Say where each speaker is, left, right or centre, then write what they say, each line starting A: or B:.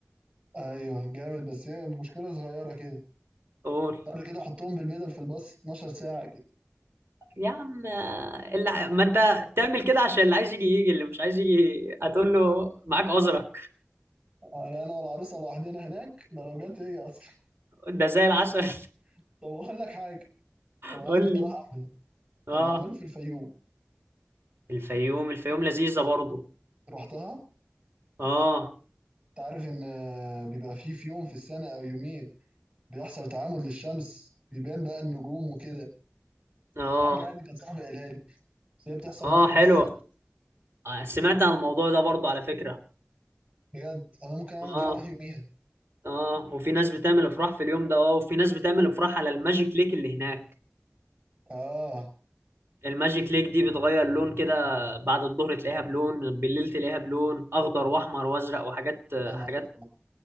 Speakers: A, on the right (about 30°); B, on the right (about 55°).
A: ايوه جامد بس هي المشكلة صغيرة كده
B: قول
A: طب كده حطهم بالبدل في الباص 12 ساعة كده
B: يا عم آه، اللي ع- ما انت تعمل كده عشان اللي عايز يجي يجي اللي مش عايز يجي هتقول له معاك عذرك
A: على انا والعروسة لوحدنا هناك ده لو جت هي اصلا
B: ده زي العسل
A: <laughs> طب اقول لك حاجة
B: <laughs>
A: طب انا
B: قول
A: عندي اقتراح
B: لي
A: احلى
B: اه
A: طب ما اعمله في الفيوم
B: الفيوم الفيوم لذيذة برضو
A: رحتها
B: اه
A: انت عارف ان آه، بيبقى فيه في يوم في السنة او يومين بيحصل تعامد للشمس بيبان بقى النجوم وكده
B: اه
A: حاجة يعني كان صاحبي قالها لي بس هي بتحصل
B: اه
A: مرة
B: حلو
A: في السنة
B: آه، سمعت عن الموضوع ده برضو على فكرة
A: بجد أنا ممكن أعمل
B: اه
A: فرح يوميها
B: اه وفي ناس بتعمل افراح في اليوم ده اه وفي ناس بتعمل افراح على الماجيك ليك اللي هناك
A: آه
B: الماجيك ليك دي بتغير لون كده بعد الظهر تلاقيها بلون بالليل تلاقيها بلون اخضر واحمر وازرق وحاجات
A: سبحان
B: حاجات
A: الله